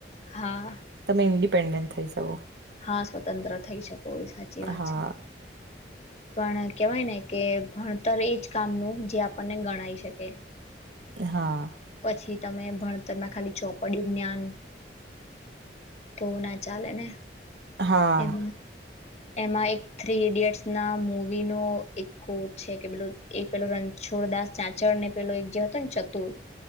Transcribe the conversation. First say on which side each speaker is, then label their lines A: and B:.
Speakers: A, on the left; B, on the right.
A: હા
B: તમે ઇન્ પેન્ડન્ટ થઈ શકો.
A: હા સ્વતંત્ર થઈ શકે સાચી વાત
B: હા
A: છે. પણ કેવાય ને કે ભણતર એજ કામનું જે આપણને ગણાય શકે
B: હા.
A: પછી તમે ભણતરમાં ખાલી ચોપડયું જ્ઞાન તો ના ચાલે ને
B: હા.
A: એમ એમાં એક થ્રી ઈડિયટ્સ ના મૂવીનો એક કોટ છે કે પે એક પેલો રણછોડદાસ ચાચળને પેલો એક જે હતો ને ચતુર